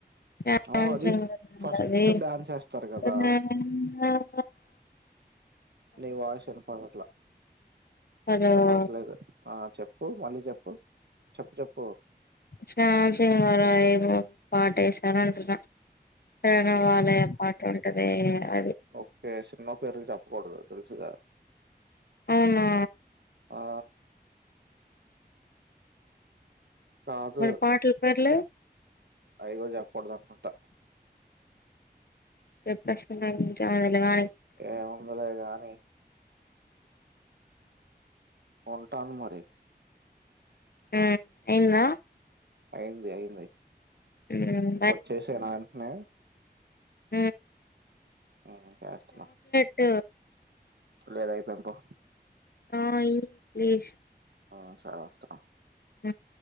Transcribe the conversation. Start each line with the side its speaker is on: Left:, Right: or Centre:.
Left: రాంజం
Right: అవును అది
Left: కాకుండా
Right: ఫస్ట్
Left: అవె
Right: డాన్స్ వేస్తారు కదా
Left: <unintelligible>
Right: నీ వాయిస్ వినపడట్ల
Left: హలో
Right: వినపడట్లేదు ఆ చెప్పు మళ్ళీ చెప్పు చెప్పు చెప్
Left: శాసింగ్ గద ఏదోకటి పాటే తానాంతటిగ ప్రనా వలయ పాట అదే అ
Right: ఓకే సినిమా పేర్లు చెప్పకూడదు తెలుసుగా
Left: అవునా
Right: ఆ కాదు
Left: మరి పాటల పేర్లు
Right: అవి గుడ చెప్పకూడదు అనుకుంటా
Left: రేప్ ప్రశ్న కాడ్నుంచి ఆడదమానే
Right: ఏముందిలే గానీ ఉంటన్ మరి
Left: హుమ్ ఐందా
Right: అయిన్ ది అయింది
Left: ఉమ్
Right: ఇప్పుడు చేసే న న్య
Left: ఉ
Right: ఉమ్ చేస్తున్న
Left: ట్
Right: లేదు అయిపోయింది పో
Left: ఆ ఇవ్ ప్లీస్
Right: ఆ సరే వస్తన్న
Left: హుమ్